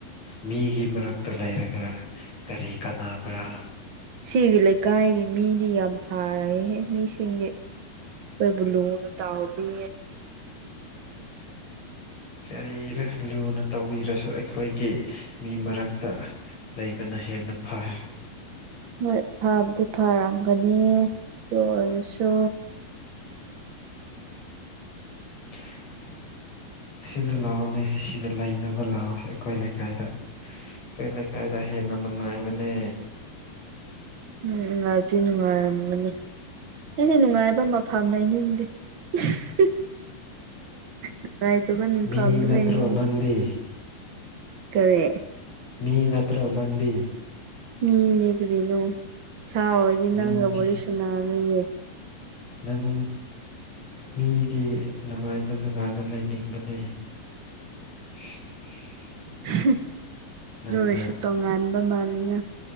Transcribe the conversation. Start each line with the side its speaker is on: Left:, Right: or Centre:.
Left: ꯃꯤꯒꯤ ꯃꯔꯛꯇ ꯂꯩꯔꯒ ꯀꯔꯤ ꯀꯥꯟꯅꯕ꯭ꯔ
Right: ꯁꯤꯒꯤ ꯂꯩꯀꯥꯏꯒꯤ ꯃꯤꯗꯤ ꯌꯥꯝ ꯐꯥꯌꯦꯍꯦ ꯃꯤꯁꯤꯡꯗꯤ ꯂꯣꯏꯕꯨ ꯂꯨꯅ ꯇꯥꯎꯕꯤꯌꯦ
Left: ꯀꯔꯤꯔ ꯂꯨꯅ ꯇꯧꯕꯤꯔꯁꯨ ꯑꯩ ꯈꯣꯏꯒꯤ ꯃꯤ ꯃꯔꯛꯇ ꯂꯩꯕꯅ ꯍꯦꯟꯅ ꯐꯥꯏ
Right: ꯍꯣꯏ ꯐꯥꯕꯨꯗꯤ ꯐꯔꯝꯒꯅꯤ ꯑꯗꯨ ꯑꯣꯏꯔꯁꯨ
Left: <inaudible> ꯁꯤꯗ ꯂꯥꯛꯑꯣꯅꯦ ꯁꯤꯗ ꯂꯩꯅꯕ ꯂꯥꯛꯑꯣ ꯑꯩꯈꯣꯏ ꯂꯩꯀꯥꯏꯗ ꯑꯩꯈꫭꯏ ꯂꯩꯀꯥꯏꯗ ꯍꯦꯟꯅ ꯅꯨꯡꯉꯥꯏꯕꯅꯦ
Right: ꯎꯝ ꯅꯨꯡꯉꯥꯏꯞꯗꯤ ꯅꯨꯡꯉꯥꯏꯔꯝꯒꯅꯤ ꯑꯩꯗꯤ ꯅꯨꯡꯉꯥꯏꯕ ꯃ ꯐꯝ ꯂꯩꯅꯤꯡꯗꯦ <unintelligible> ꯅꯨꯡꯉꯥꯏꯇꯕ ꯃꯐꯝꯗ
Left: ꯃꯤ ꯅꯠꯇ꯭ꯔꯣ
Right: ꯂꯩꯅꯤꯡꯉꯦ
Left: ꯅꯪꯗꯤ
Right: ꯀꯔꯤ
Left: ꯃꯤ ꯅꯠꯇ꯭ꯔꯣ ꯅꯪꯗꯤ
Right: ꯃꯤꯅꯦ ꯀꯔꯤꯅꯣ ꯁꯥ ꯑꯣꯏꯔꯗꯤ ꯅꯪꯒ
Left: ꯃꯤꯗꯤ
Right: ꯋꯥꯔꯤ ꯁꯥꯟꯅꯔꯣꯏꯌꯦ
Left: ꯅꯪ ꯃꯤꯗꯤ ꯅꯨꯡꯉꯥꯏꯕ ꯖꯒꯥꯗ ꯂꯩꯅꯤꯡꯕꯅꯦ <inaudible>
Right: <unintelligible>
Left: ꯅꯪꯅ
Right: ꯑꯗꯨ ꯑꯣꯏꯔꯁꯨ ꯇꯣꯉꯥꯟꯕ ꯃꯥꯜꯂꯤꯗ